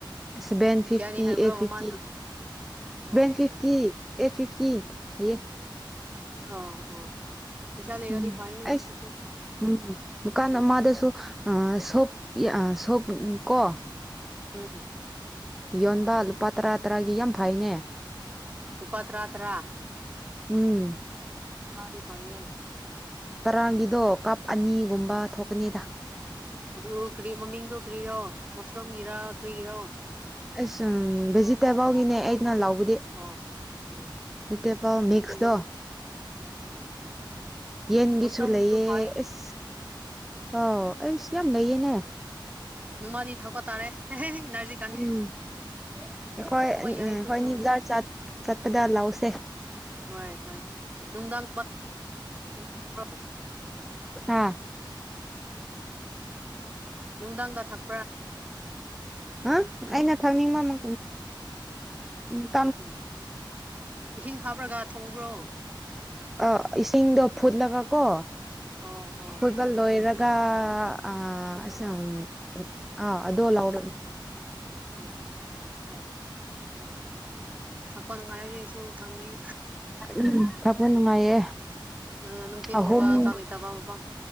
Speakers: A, in the centre; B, on the right.
A: ꯁꯕꯦꯟ ꯐꯤꯞꯇꯤ
B: ꯀꯌꯥꯅꯤ ꯍꯥꯏꯕ꯭ꯔꯣ
A: ꯑꯦꯠ ꯐꯤꯞꯇꯤ
B: ꯃꯃꯥꯟꯗꯣ ꯑꯣ ꯑꯣ
A: ꯁꯚꯦꯟ ꯐꯤꯐꯇꯤ ꯑꯦꯠ ꯐꯤꯐꯇꯤ ꯍꯥꯏꯌꯦ
B: ꯑꯥ ꯑꯥ ꯄꯩꯁꯥ ꯂꯩꯔꯗꯤ
A: ꯎꯝ
B: ꯐꯩꯅꯦ
A: ꯑꯩꯁ
B: ꯁꯤꯁꯨ
A: ꯎꯝ ꯗꯨꯀꯥꯟ ꯑꯃꯗꯁꯨ ꯁꯣꯞ ꯁꯣꯞ ꯀꯣ
B: ꯎꯝ
A: ꯌꯣꯟꯕ ꯂꯨꯄꯥ ꯇꯔꯥ ꯇꯔꯥꯒꯤ ꯌꯥꯝ ꯐꯩꯅꯦ
B: ꯎꯄꯥ ꯇꯔꯥ ꯇꯔꯥ
A: ꯎꯝ
B: ꯃꯥꯔꯤ ꯐꯩꯌꯦ
A: ꯇꯔꯥꯒꯤꯗꯣ ꯀꯞ ꯑꯅꯤꯒꯨꯝꯕ
B: ꯎꯝ
A: ꯊꯣꯛꯀꯅꯤꯗ
B: ꯑꯗꯨ ꯀꯔꯤ ꯃꯃꯤꯡꯗꯣ ꯀꯔꯤꯔꯣ ꯃꯨꯁꯔꯨꯝꯒꯤꯔꯥ ꯀꯔꯤꯒꯤꯔꯣ
A: ꯑꯁ ꯎꯝ ꯚꯦꯖꯤꯇꯦꯕꯜꯒꯤꯅꯦ ꯑꯩꯅ ꯂꯧꯕꯗꯤ
B: ꯑꯣ ꯎꯝ
A: ꯚꯤꯖꯤꯇꯦꯕꯜ
B: ꯚꯦꯖꯤꯇꯦꯕꯜ
A: ꯃꯤꯛꯁꯇꯣ
B: ꯎꯝ ꯎꯝ
A: ꯌꯦꯟꯒꯤꯁꯨ
B: ꯃꯁꯔꯨꯝꯒꯤꯁꯨ
A: ꯂꯩꯑꯦ
B: ꯐꯩ
A: ꯑꯁ ꯑꯥꯎ ꯑꯩꯁꯨ ꯌꯥꯝ ꯂꯩꯌꯦꯅꯦ
B: ꯅꯣꯡꯃꯥꯗꯤ ꯊꯛꯄ ꯇꯥꯔꯦ ꯑꯦꯅꯔꯖꯤ
A: ꯎꯝ ꯑꯩꯈꯣꯏ ꯑꯩꯈꯣꯏ
B: ꯌꯥꯏ ꯑꯩꯈꯣꯏꯁꯨ
A: ꯑꯅꯤ ꯕꯥꯖꯥꯔ ꯆꯠꯄꯗ ꯂꯧꯁꯦ
B: ꯍꯣꯏ ꯍꯣꯏ ꯅꯨꯡꯗꯥꯡ <unintelligible>
A: ꯍꯥꯥ
B: ꯅꯨꯡꯗꯥꯡꯗ ꯊꯛ
A: ꯑꯥ ꯑꯩꯅ ꯈꯪꯅꯤꯡꯕ ꯑꯃ ꯀꯔꯤ
B: ꯎꯝ ꯏꯁꯤꯡ ꯍꯥꯞꯄ꯭ꯔꯥꯒ ꯊꯣꯡꯕ꯭ꯔꯣ
A: ꯑꯥ ꯏꯁꯤꯡꯗꯣ ꯐꯨꯠꯂꯒ ꯀꯣ
B: ꯑꯣ ꯑꯣ
A: ꯐꯨꯠꯄ ꯂꯣꯏꯔꯒ ꯑꯥ ꯑꯁꯪ ꯑ ꯑꯗꯨ ꯂꯥꯎ
B: ꯎꯝ ꯍꯣꯏ ꯍꯣꯏ ꯊꯛꯄ ꯅꯨꯡꯉꯥꯏꯔꯗꯤ ꯑꯩꯁꯨ ꯊꯪꯅꯤꯡꯉꯦ
A: ꯎꯝ ꯊꯛꯄ ꯅꯨꯡꯉꯥꯏꯌꯦ
B: ꯎ ꯅꯨꯡꯊꯤꯟꯒꯨꯝꯕ
A: ꯑꯍꯨꯝ
B: ꯆꯥꯡ ꯂꯩꯇꯕ ꯃꯐꯝ